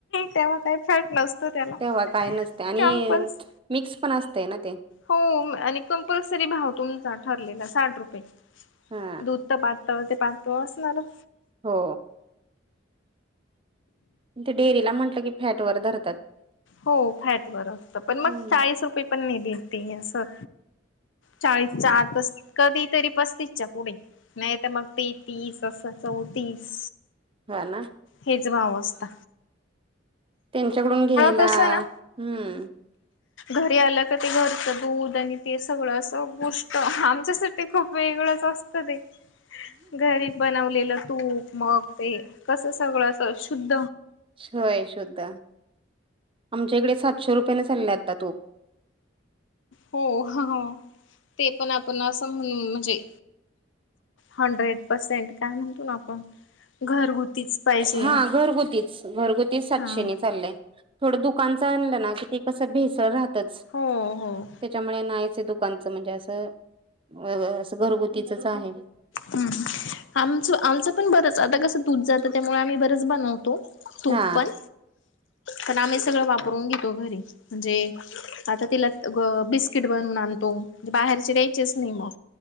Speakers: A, on the left; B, on the right.
A: तेव्हा काही फॅट नसतो त्याला
B: तेव्हा काय नसते आणि
A: कमपल्स
B: मिक्स पण असतय ना ते
A: हो आणि कंपल्सरी भाव तुमचा ठरलेला साठ रुपये
B: हा
A: दूध तर पाततावर ते पळ असणारच
B: हो ते डेअरीला म्हटलं की फॅट वर धर
A: हो फॅट बरं असत पण
B: हम्म,
A: मग चाळीस रुपये पण नाही देत त स चाळीसच्या आता कधी तरी पस्तीसच्या पुढे नाही तर मग ते तीस असं चौतीस
B: ह ना
A: हेच भाव असत
B: त्यांच्याकडून घ्यायला,
A: कसं ना
B: हम्म
A: घरी आलं का ते घरचं दूध आणि ते सगळं असं गोष्ट आमच्यासाठी खूप वेगळंच, स्वस्त दे घरीब. बनवलेलं तूप मग ते कसं सगळं अस शुद्ध.
B: होय शुद्ध, आमच्याकडे सातशे रुपयाने चालले आता तूप.
A: होहह ते पण आपण असं म्हण म्हणजे, हंड्रेड परसेंट काय म्हणतो आपण, घरगुतीच पाहिजे
B: हा घरगुतीच घरगुतीच सातशे
A: हा
B: नि चाललंय. थोडं दुकानचं आणलं ना की ते कसं भेसळ राहतच त्याच्यामुळे
A: हो हो
B: नाहीच ते दुक आमचं म्हणजे असं अ असं घरगुतीचच आहे.
A: ह आमच आमचं पण बरंच आता कसं तूप जात त्यामुळे आम्ही बरच बनवतो, तूप
B: हा
A: पण कारण आम्ही सगळं वाप रून घेतो घरी म्हणजे, आता तिला अब बिस्किट बनून आणतो. बाहेरचे द्यायचेच नाही मग,